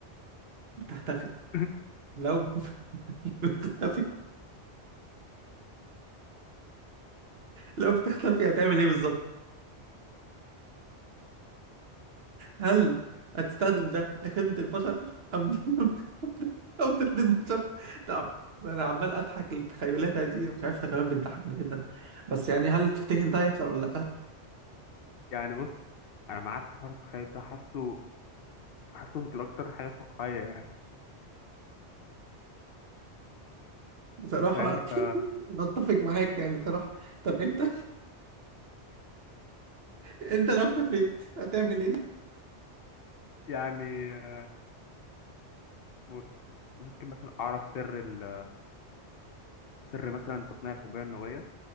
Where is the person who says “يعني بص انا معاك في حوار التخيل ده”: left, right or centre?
Left